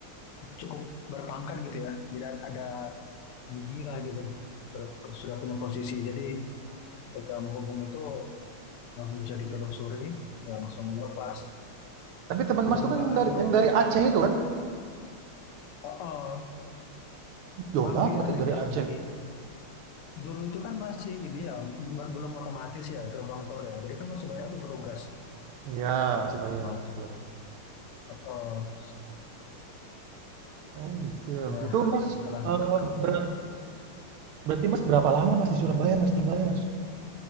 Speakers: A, on the left; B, on the right.
A: cukup berpangkat gitu ya jadi ada gigi lah gitu sudah sudah punya posisi jadi ketika menghubung itu langsung bisa ditelusuri ya langsung lepas
B: Tapi teman Mas
A: yang
B: itu kan
A: nggak
B: yang
A: kantor
B: dari yang dari Aceh
A: ini,
B: itu kan?
A: oh, oh,
B: Jauh
A: mampir
B: banget berarti dari
A: ini loh
B: Aceh.
A: di dulu itu kan masih ini ya belum otomatis ya gerbang tol ya jadi kan masih banyak tuh petugas
B: Iya, masih bayar,
A: nah,
B: betul.
A: oh, oh,
B: Oh gitu.
A: ya
B: Itu Mas,
A: setelah
B: eh,
A: ke
B: berat- berarti Mas berapa lama Mas di Surabaya Mas tinggalnya Mas?